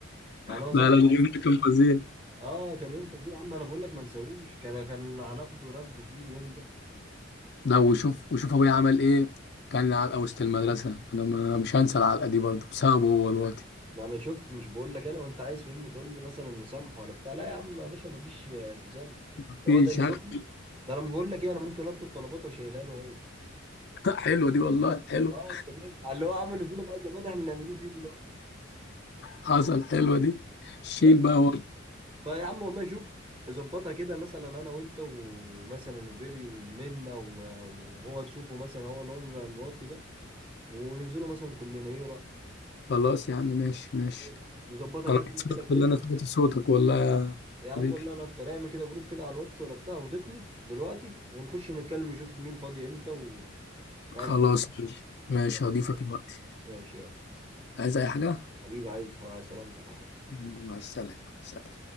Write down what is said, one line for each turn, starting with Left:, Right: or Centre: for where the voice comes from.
Right: يعني هو
Left: لا
Right: صعب
Left: لا اليوم
Right: عايز
Left: ده كان فظيع
Right: اه كان يوم فظيع يا عم انا بقول لك ما نسووش كان كان هناخده رفد فيه اليوم ده
Left: لا وشوف وشوف ابويا عمل ايه كان علقه وسط المدرسه انا ما مش هنسى العلقه دي برضه بسببه هو الوقت
Right: ما انا شفت مش بقول لك انا وانت عايز فهمني تقول لي مثلا نسامح ولا بتاع لا يا عم يا باشا ما فيش آه، تسامح
Left: مفيش
Right: هو ده يشوفني
Left: هخ-
Right: ده انا بقول لك ايه انا ممكن اطلب طلبات واشيلها له هو
Left: <laughs> حلوه دي والله حلو
Right: اه انت فاهم اللي هو عمله فينا بقى زمان احنا نعمله فيه دلوقتي
Left: حصل حلوه دي شيل
Right: بس
Left: بقى هو
Right: فيا عم والله شوف ظبطها كده مثلا انا وانت ومثلا وبيري والمنه و- وهو تشوفه مثلا هو اللون الواطي ده وننزله مثلا كلنا ايه رأيك؟
Left: خلاص يا عم ماشي ماشي
Right: ماشي. نظبطها
Left: انا
Right: كده
Left: مبسوط
Right: اعمل كده جروب
Left: ان انا سمعت صوتك والله يا
Right: يا عم
Left: حبيبي
Right: والله انا اكتر اعمل كده جروب كده على الواتس ولا بتاع وضيفني دلوقتي ونخش نتكلم نشوف مين فاضي امتى و... يعني
Left: خلاص
Right: نظبط
Left: ماشي ماشي
Right: كده
Left: هضيفك دلوقتي
Right: ماشي يلا
Left: عايز اي حاجه
Right: حبيبي عايز سلامتك يا حبيبي.
Left: مع السلامة سلام.